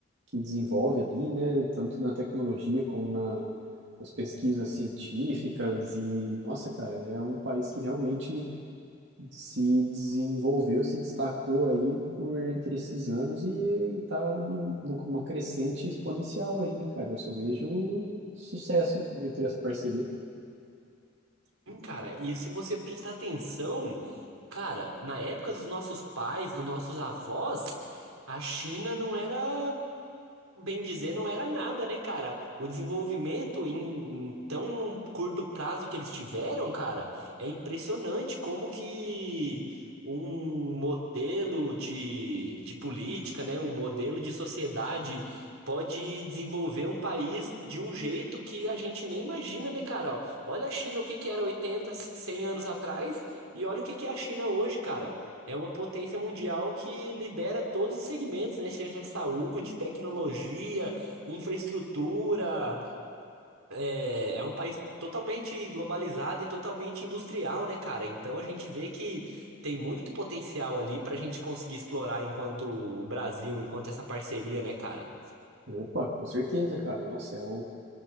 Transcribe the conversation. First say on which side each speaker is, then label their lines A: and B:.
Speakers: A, on the right; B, on the right.
A: que desenvolve ali, né, tanto na tecnologia como na, nas pesquisas científicas e, nossa, cara, é um país que realmente se desenvolveu, se destacou aí por entre esses anos e tá num- numa crescente exponencial aí, né, cara? Eu só vejo sucesso entre essa parceria.
B: Hum, Cara, e se você prestar atenção, cara, na época dos nossos pais, dos nossos avós, a China não era. Bem dizer, não era nada, né, cara? O desenvolvimento em, em tão curto prazo que eles tiveram, cara, é impressionante como que um modelo de, de política, né, um modelo de sociedade pode desenvolver um país de um jeito que a gente nem imagina, né, cara? Olha a China, o que que era oitenta cem anos atrás, e olha o que que é a China hoje, cara. É uma potência mundial que lidera todos os segmentos, né? Seja saúde, tecnologia, infraestrutura. É, é um país totalmente globalizado e totalmente industrial, né, cara? Então a gente vê que tem muito potencial ali para a gente conseguir explorar enquanto o Brasil, enquanto essa parceria, né, cara?
A: Opa, com certeza, cara. Nossa, é o,